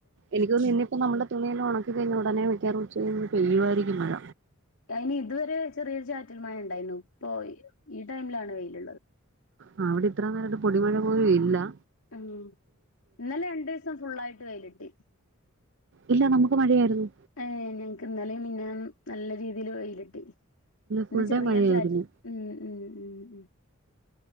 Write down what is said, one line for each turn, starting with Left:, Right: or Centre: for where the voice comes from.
Right: എനിക്കോന്ന് ഇന്ന് ഇപ്പൊ നമ്മള്ടെ തുണിയിന്ന് ഒണക്കി കഴിഞ്ഞൊടനെ മിക്കാറും ഉച്ച കയ്യുമ്പൊ പെയ്യു ആയിരിക്ക ഈ മഴ
Left: അയിനി ഇതുവരെ ചെറിയൊരു ചാറ്റൽ മഴ ഇണ്ടായിരുന്നു ഇപ്പൊ ഈ ടൈമിലാണ് വെയില് ഇള്ളത്
Right: ആ അവിടെ ഇത്ര നേരായിട്ട് പൊടിമഴ പോലും ഇല്ലാ
Left: ഉം ഇന്നലെ രണ്ടൂസം ഫുള്ളായിട്ട് വെയില് കിട്ടി
Right: ഇല്ല നമുക്ക് മഴയായിരുന്നു
Left: ഏ ഞങ്ങ്ക്ക് ഇന്നലെയും മിഞ്ഞാന്നും നല്ല ചൂട് ഇതില് വെയിലട്ടി ഇന്ന്
Right: ഫുൾ ഡേ
Left: ചെറിയൊരു
Right: മഴയായിരുന്നു
Left: ചാറ്റ് ഉം ഉം ഉം മ്